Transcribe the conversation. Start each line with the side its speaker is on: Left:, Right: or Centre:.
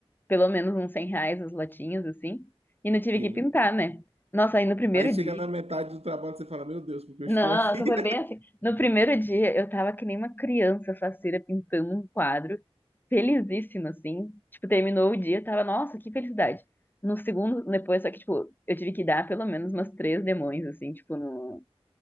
Left: pelo menos uns 100 reais as latinhas, assim. E não tive
Right: Sim.
Left: que pintar, né? Nossa, aí no primeiro
Right: Aí chega
Left: dia.
Right: na metade do trabalho, e você fala, meu Deus, porque eu
Left: Nossa,
Right: estou aqui?
Left: foi bem assim. No primeiro dia eu tava que nem uma criança faceira pintando um quadro, felizíssima, assim. Tipo, terminou o dia, tava, nossa, que felicidade. No segundo, depois, só que, tipo, eu tive que dar pelo menos umas três demões, assim, tipo, no